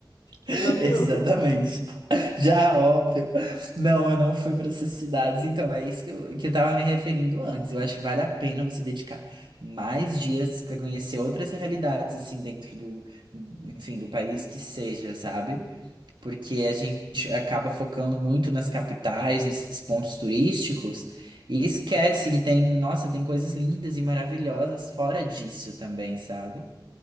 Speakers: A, on the right; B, on the left.
A: <laughs>
B: Você já viu?
A: Exatamente. Já, óbvio. Não, eu não fui para essas cidades. Então, é isso que eu, que eu tava me referindo antes. Eu acho que vale a pena você dedicar mais dias para conhecer outras realidades, assim, dentro do, enfim, do país que seja, sabe? Porque a gente acaba focando muito nas capitais, nesses pontos turísticos, e esquece que tem, nossa, tem coisas lindas e maravilhosas fora disso também, sabe?